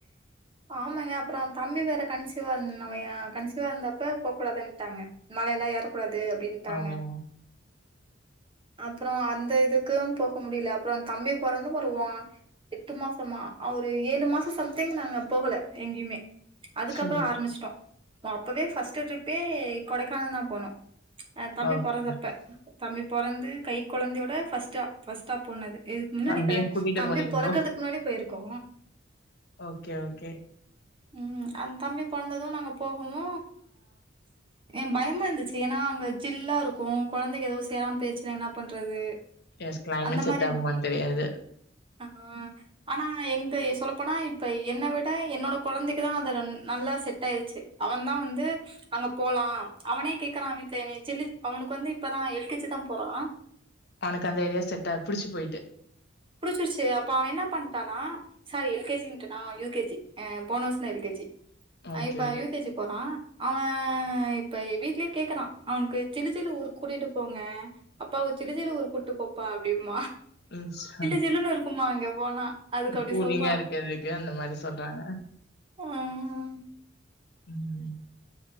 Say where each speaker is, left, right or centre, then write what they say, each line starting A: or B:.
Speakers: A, on the right; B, on the left.
A: ஆமாங்க அப்புறோ தம்பி வேற கணிசிவா இருந்தனாவயா கணிசிவா இருந்தப்ப போக் கூடாதுன்ட்டாங்க மலையெல்லா ஏறக்கூடாது அப்டின்ட்டாங்க
B: ஆமா
A: அப்புறோ அந்த இதுக்குலா போக முடியல அப்புறோ தம்பி பொறந்து வருவோ எட்டு மாசமா ஒரு ஏழு மாசோ சம்திங் நாங்க போகல எங்கேயுமே அதுக்கப்புற
B: சேரி
A: ஆரம்பிச்சட்டோ அப்பவே ஃபர்ஸ்ட் ட்ரிப்பே கொடைக்கானல் தா போனோ தம்பி
B: ஓகே
A: பொறன்தப்ப தம்பி பொறந்து கை கொழந்தையோட ஃபர்ஸ்ட்டா ஃபர்ஸ்ட்டா போனது இதுக்கு முன்னாடி
B: தம்பியு
A: கூட
B: கூட்டிட்டு
A: தம்பி
B: போனீங்களோ
A: பொறக்கறதுக்கு முன்னாடி போயிருக்கோ
B: ஓகே ஓகே
A: ம் அந்த தம்பி பொறாந்தது நாங்க போகமு எ பயமாருந்துச்சு ஏன்னா அங்க ஜில்லாருக்கு கொழந்தைக்கி ஏதோ சேராம பேயிருச்சுன்னா என்னா பண்றது
B: எஸ் கிளைமேட்
A: அந்த
B: செட்டாகுமான்
A: மாரி
B: தெரியாது
A: ஆ ஆனா எங்க சொல்லப்போனா இப்ப என்ன வி ட்டா என்னோட கொழந்தைக்கிதா அது நல்லா செட்டாயிருச்சு அவ தா வந்து அங்க போலா அவனே கேக்கறா வீட்ல இ செல்லி அவனுக்கு வந்து இப்பதா எல் கே ஜி தா போறா
B: அவனுக்கு அந்த ஏரியா செட்டா புடிச்சு போயிட்டு
A: புடிச்சிருச்சு அப்ப அவ என்ன பண்ணிட்டானா சாரி எல் கே ஜிட்டுன்னா யூ‌ கே ஜி போன வருஷோ தா எல் கே ஜி
B: ஓகே
A: இப்ப யூ கே ஜி போறா அவே இப்ப வீட்லயே கேக்கறா அவனுக்கு ஜிலு ஜிலு ஊரு கூட்டிட்டு போங்க அப்பா ஜிலு ஜிலு ஊரு கூட்டுப்போப்பா அப்படிம்பா
B: ம் சா
A: ஜில்லுன்னு இருக்குமா அங்க போனா அதுக்கு அப்டி
B: கூலிங்கா
A: சொல்றா
B: இருக்கறதுக்கு அந்த மாரி சொல்றாங்க
A: ஆ ம்
B: ம்